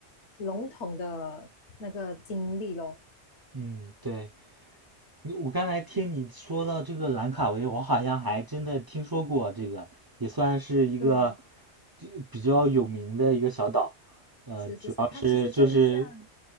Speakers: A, on the left; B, on the right.
A: 笼统的那个经历咯。
B: 嗯，对。你我刚才听你说到这个兰卡威，我好像还真的听说过这个，也算是一个
A: 对，
B: 这比较有名的一个小岛，呃，
A: 是是是，
B: 主要是就是
A: 它其实就像，